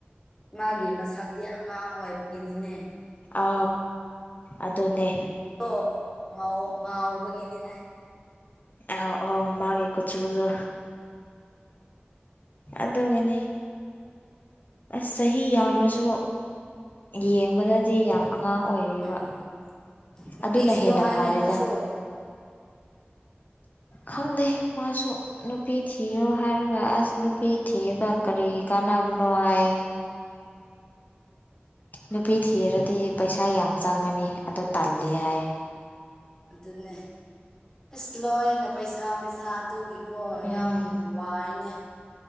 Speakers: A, on the left; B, on the left.
A: ꯃꯥꯒꯤ ꯃꯁꯛꯇꯤ ꯑꯉꯥꯡ ꯑꯣꯏꯕꯒꯤꯅꯤꯅꯦ꯫
B: ꯑ ꯑꯗꯨꯗꯅꯦ꯫
A: ꯑꯣ ꯉꯥꯎ ꯉꯥꯎꯕꯒꯤꯅꯤꯅꯦ꯫
B: ꯑ ꯑ ꯃꯥꯒꯦ ꯀꯨꯆꯨꯗꯣ ꯑꯗꯨꯗꯒꯅꯦ ꯑꯁ ꯆꯍꯤ ꯌꯥꯝꯂꯁꯨ ꯌꯦꯡꯕꯗꯗꯤ ꯌꯥꯝ__ ꯑꯉꯥꯡ ꯑꯣꯏꯔꯤꯕ
A: ꯎꯝ ꯅꯨꯄꯤ
B: ꯑꯗꯨꯅ
A: ꯊꯤꯌꯣ
B: ꯍꯦꯟꯅ
A: ꯍꯥꯏꯌꯨꯅꯦ
B: ꯐꯔꯦꯗ꯫
A: ꯅꯣꯏꯁꯨ
B: ꯈꯪꯗꯦ ꯃꯥꯁꯨ ꯅꯨꯄꯤ ꯊꯤꯔꯣ ꯍꯥꯏꯔꯒ ꯑꯁ ꯅꯨꯄꯤ ꯊꯤꯔꯒ ꯀꯔꯤꯒꯤ ꯀꯥꯟꯅꯕ꯫ ꯅꯥꯏ ꯅꯨꯄꯤ ꯊꯤꯔꯗꯤ ꯄꯩꯁꯥ ꯌꯥꯝ ꯆꯪꯉꯅꯤ ꯑꯗꯨ__ ꯇꯜꯂꯦ ꯍꯥꯏ
A: ꯑꯗꯨꯅꯦ ꯑꯁ ꯂꯣꯏꯅ ꯄꯩꯁꯥ ꯄꯩꯁꯥ ꯑꯗꯨꯒꯤ__ ꯍꯣꯏ
B: ꯎꯝ
A: ꯌꯥꯝ ꯋꯥꯏꯅꯦ꯫